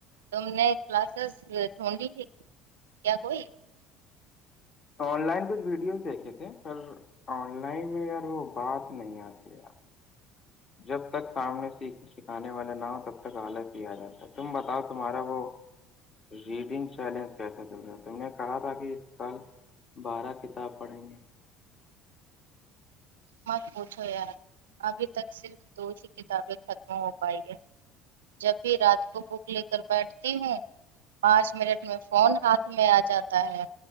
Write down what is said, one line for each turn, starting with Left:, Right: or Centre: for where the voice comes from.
Right: تم نے کلاسز ڈھونڈی کیا کوئی
Left: آن لائن کچھ ویڈیوز دیکھے تھے پر آن لائن میں یار وہ بات نہیں آتی جب تک سامنے سیکھ سکھانے والے نہ ہو تب تک حالت ہی آ جاتا ہے تم بتاؤ تمہارا وہ ریڈنگ چیلنج کیسےے تم نے کہا تھا کہ اس سال بارہ کتاب پڑھیں گے
Right: مت پوچھو یار ابھی تک صرف دو ہیی کتابیں ختم ہو پائی ہے جب بھی رات کو بک لے کر بیٹھتی ہوں پانچ منٹ میں فون ہاتھ میں آ جاتا ہے